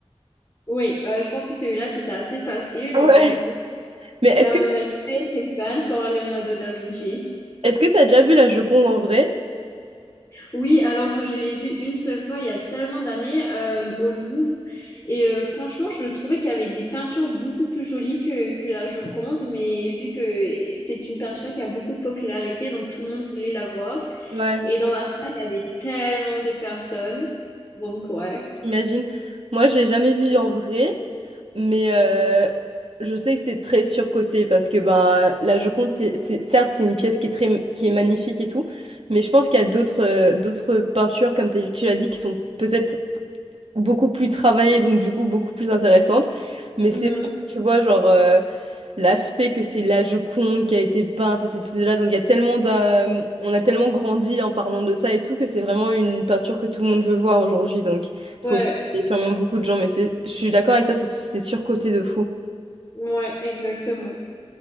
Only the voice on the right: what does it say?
Ouais.
Mais est-ce
que
est-ce que t'as déjà vu la Joconde en vrai?
Ouais,
j'imagine. Moi, je l'ai jamais vue en vrai, Mais euh, je sais que c'est très surcoté parce que ben la Joconde, c'est, c'est- certes, c'est une pièce qui est très, qui est magnifique et tout, mais je pense qu'il y a d'autres euh, d'autres peintures, comme t'as- tu l'as dit, qui sont peut-être beaucoup plus travaillées, donc du coup beaucoup plus intéressantes. Mais
c'est, tu vois, genre. euh, l'aspect que c'est la Joconde qui a été peinte et ceci, cela. Donc il y a tellement d'a- on a tellement grandi en parlant de ça et tout que c'est vraiment une peinture que tout le monde veut voir aujourd'hui. Donc
sur- il y a sûrement beaucoup de gens, mais c'est, je suis d'accord avec toi, c'est c'est surcoté de fou.